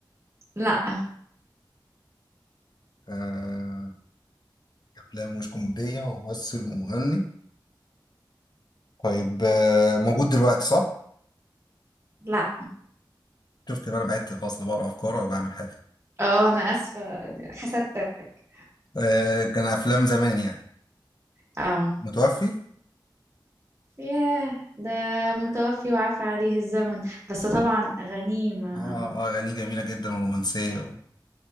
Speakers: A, on the right; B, on the left.
A: لا
B: آه، افلام مش كوميديه وممثل ومغني طيب آه، موجود دلوقتي صح
A: لا
B: شفت بقى انا بعدت خلاص لا بقرا افكار ولا بعمل حاجه
A: اه انا اسفة حسدتك
B: آه، كان افلام زمان يعني
A: اه
B: متوفي
A: ياه ده متوفي وعفى عليه الزمن بس طبعا غنيمة
B: اه اه اغانيه جميله جدا ورومانسيه و-